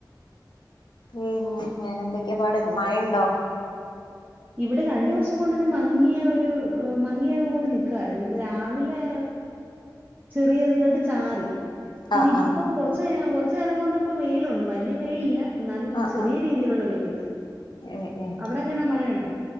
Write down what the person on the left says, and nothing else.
ഉം വേറെ എന്തൊക്കെയാ പാട് മഴയുണ്ടോ
ആഹ് ആഹ്
ആഹ്
ആഹ്
ഏഹ് ഏഹ്